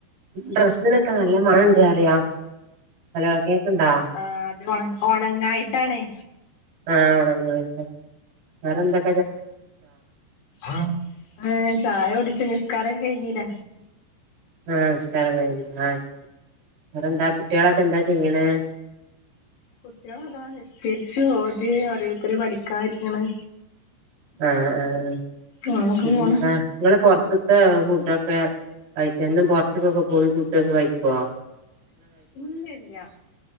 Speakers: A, on the right; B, on the left.
A: ഡ്രസ്സിലൊക്കെ നല്ല മണം ഉണ്ട് അറിയാ. ഹലോ കേക്ക്ണ്ടാ
B: ആ അത് ഒണങ്ങ ഒണങ്ങായിട്ടണേ?
A: ആഹ ഒണങ്ങായിട്ട വേറെന്തൊ.
B: ആ <unintelligible> ചായ കുടിച്ചു നിസ്ക്കാര കഴിഞ്ഞില്ല.
A: ആഹ് നിസ്കാരം <unintelligible> വേറെ എന്താ കുട്ടികളൊക്കെ എന്താ ചെയ്യണെ?
B: കുട്ടികള അതാ നിസ്കരിച്ചു ഓതി ഓരോരുത്തര് പഠിക്കാനിരിക്കണ്.
A: ആഹ ആ ആഹ്
B: അങ്ങനൊക്കെ
A: പിന്നെന്താ
B: പോണ്
A: നിങ്ങള് <unintelligible> <unintelligible> ത്തെ ഫുഡൊക്കെ കഴിക്ക എന്നും പൊറത്തേക്കൊക്കെ പോയി ഫുഡൊക്കെ കഴിക്കുവോ?
B: ഇല്ല ഇല്ല